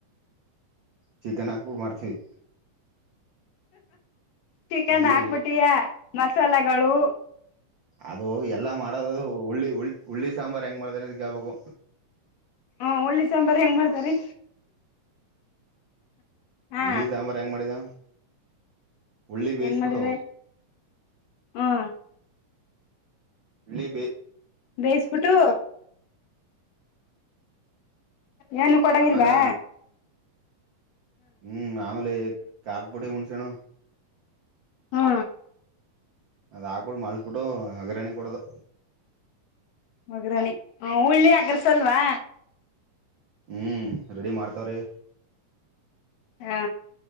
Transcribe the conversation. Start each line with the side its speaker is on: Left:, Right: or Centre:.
Right: ಚಿಕನಾಗಪುಟ್ಟು ಮಾಡ್ತೀವಿ
Left: ಚಿಕನ್
Right: ಈ
Left: ಹಾಕ್ಬಿಟ್ಟಿಯ ಮಸಾಲೆಗಳು.
Right: ಅದು ಎಲ್ಲಾ ಮಾಡೋದು ಹುಳ್ಳಿ ಉ ಹುಳ್ಳಿ ಸಾಂಬಾರ್ ಹೆಂಗ್ ಮಾಡ್ದ್ರ ಅಂತ ಕೇಳ್ಬೇಕು.
Left: ಹಾ ಒಳ್ಳಿ ಸಾಂಬಾರ್ ಹೆಂಗ ಮಾಡ್ತಾರಿ. ಹಾ
Right: ಹುಳ್ಳಿ ಸಾಂಬಾರ್ ಹೆಂಗ್ ಮಾಡಿದ ಉಳ್ಳಿ ಬೇಯಿಸಬಿಟ್ಟು
Left: ಹೆಂಗ ಮಾಡಿದೆ ಹ್ಮ
Right: <unintelligible>
Left: ಬೇಯಿಸಬಿಟ್ಟು ಏನು ಕೊಡಗಿಲ್ವಾ
Right: ಆಮೇಲೆ ಹ್ಮ್ ಆಮೇಲೆ ಖಾರದ ಪುಡಿ ಹುಣಸೆಹಣ್ಣು
Left: ಹಾ
Right: ಅದ್ಕ್ಬಿಟ್ಟು ಮಾಲಾಸ್ಬಿಟ್ಟು ಹಗಾರಾಣಿ ಕೊಡದು.
Left: ವಾಗರನಿ ಹ ಉಳ್ಳಿ ಅಗ್ರಸಲ್ವಾ.
Right: ಹ್ಮ್ ರೆಡಿ ಮಾಡ್ತವ್ರೀ
Left: ಹಾ